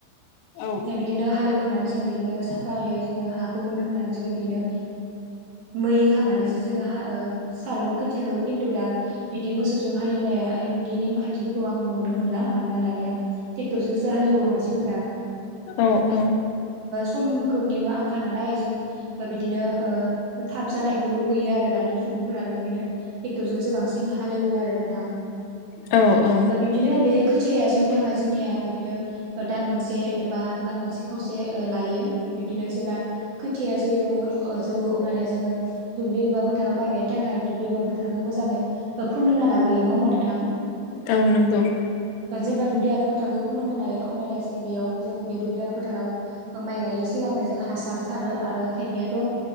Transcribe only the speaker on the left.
औ
औ औ
औ औ
ओ नंगौ